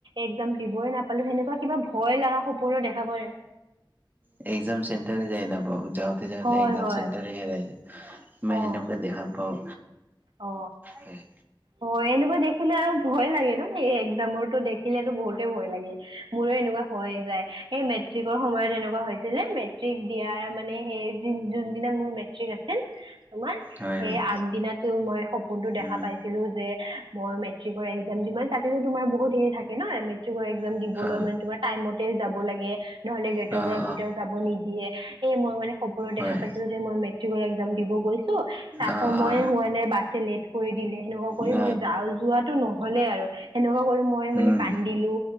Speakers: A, on the right (about 75°); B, on the right (about 20°).
A: একযাম দিবই নাপালো, সেনেকুৱা কিবা ভয় লগা সপোনো দেখাবই।
B: এ এক্সাম চেণ্টাৰ যায় নাপাওঁ যাওঁতে যাওঁতে
A: হয়
B: এক্সাম
A: হয়
B: চেণ্টাৰে হেৰাই যায়। মই
A: অ
B: এনেকা দেখা পাওঁ
A: অ
B: হয়।
A: হয় এনেকুৱা দেখিলে আৰু ভয় লাগে ন সেই এক্সামটোৰ দেখিলেতো বহুতে ভয় লাগে। মোৰে এনেকুৱা হৈয়ে যায় সেই মেট্ৰিকৰ সময়ত এনেকুৱা হৈছিলে মেট্ৰিক দিয়াৰ মানে সেই যোনদিনা মোৰ মেট্ৰিক আছিল তোমাৰ
B: হয়
A: সেই
B: হয়
A: আগদিনাতো মই সপোনটো দেখা
B: উম
A: পাইছো কিন্তু যে মই মেট্ৰিকৰ এক্সাম যিমান তাতিলো তোমাৰ বহুত দি থাকে ন মেট্ৰিকৰ এক্সাম
B: হয়
A: দিবলৈ মানে তোমাৰ টাইমতে যাব লাগে নহলে গেটৰ
B: অ অ
A: পৰা ভিতৰত
B: অ
A: যাব নিদিয়ে সেই মই মানে সপো দেখা
B: হয়
A: পাইছিলো যে মই মেট্ৰিকৰ এক্সাম দিব গৈছো তাক
B: অ
A: সময়ে
B: অ
A: হোৱা নে বাছে লেট কৰি দিলে এনেকুৱা কৰি
B: ন
A: মই যাওঁ যোৱাটো নহলে আৰু। এনেকুৱা কৰি মই মানে
B: উম
A: কান্দিলো